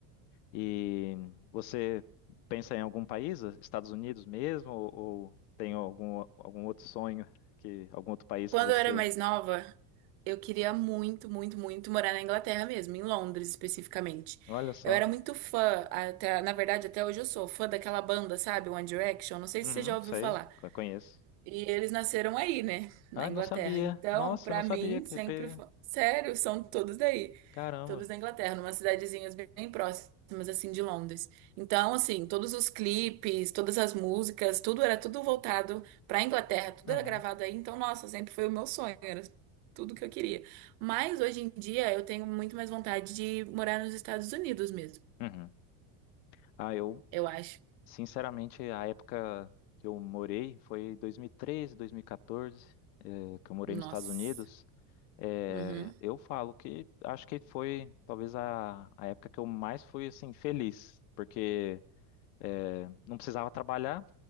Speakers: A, on the left; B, on the right.
A: E você pensa em algum país, Estados Unidos mesmo, ou, ou tem algum, algum outro sonho que algum outro país
B: Quando
A: que você...
B: eu era mais nova, eu queria muito, muito, muito morar na Inglaterra mesmo, em Londres especificamente.
A: Olha só.
B: Eu era muito fã, até, na verdade, até hoje eu sou fã daquela banda, sabe? One Direction. Não sei
A: Uhum,
B: se você já ouviu
A: sei,
B: falar.
A: co- conheço.
B: E eles nasceram aí, né? Na
A: Ah,
B: Inglaterra.
A: não sabia.
B: Então,
A: Nossa,
B: pra
A: não sabia
B: mim,
A: que...
B: sempre
A: pe-
B: foi. Sério, são todos daí.
A: Caramba.
B: Todos da Inglaterra, numa cidadezinhas bem próximas, assim, de Londres. Então, assim, todos os clipes, todas as músicas, tudo era tudo voltado pra Inglaterra, tudo
A: Uhum.
B: era gravado aí. Então, nossa, sempre foi o meu sonho, era tudo que eu queria. Mas hoje em dia eu tenho muito mais vontade de morar nos Estados Unidos mesmo,
A: Uhum. Ah, eu
B: eu acho.
A: Sinceramente, a época que eu morei foi 2013, 2014, eh, que eu morei
B: Nossa.
A: nos Estados Unidos. Eh,
B: Uhum.
A: eu falo que acho que foi talvez a, a época que eu mais fui assim feliz, porque eh, não precisava trabalhar,